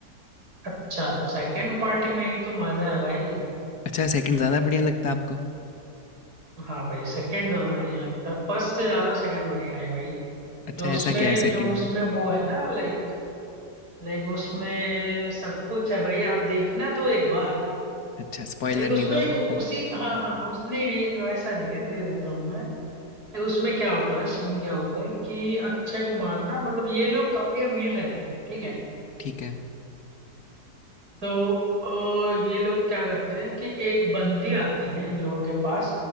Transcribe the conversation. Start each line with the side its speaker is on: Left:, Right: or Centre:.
Right: अच्छा तो सेकंड पार्टी में ही तो मजा है भाई
Left: अच्छा सेकंड ज़्यादा बढ़िया लगता है आपको
Right: हाँ भाई सेकंड ज्यादा बढ़िया लगता है फर्स्ट से ज्यादा सेकंड बढ़िया है भाई
Left: अच्छा
Right: जो
Left: ऐसा
Right: उसमें
Left: क्या है सेकंड
Right: जो उसमें
Left: में
Right: वो है ना लाइक लाइक उसमें सब कुछ है भाई आप देखना तो एक बार
Left: अच्छा स्पॉइलर
Right: लाइक उसमें
Left: नहीं दोगे
Right: उ,
Left: हाँ
Right: उसी हाँ हाँ उस नहीं नहीं वैसा नहीं है दे देता हूँ मैं Like, उसमें क्या होता है सीन क्या होता है कि अक्षय कुमार ना मतलब ये लोग काफी अमीर रहते हैं ठीक है
Left: ठीक है
Right: तो अ, ये लोग क्या करते हैं कि एक बंदी आती है इन लोगों के पास